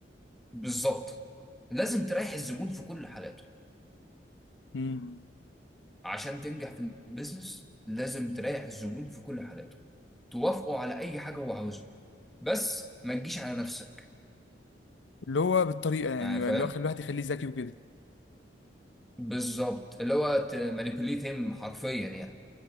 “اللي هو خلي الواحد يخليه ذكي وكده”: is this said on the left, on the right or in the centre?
Left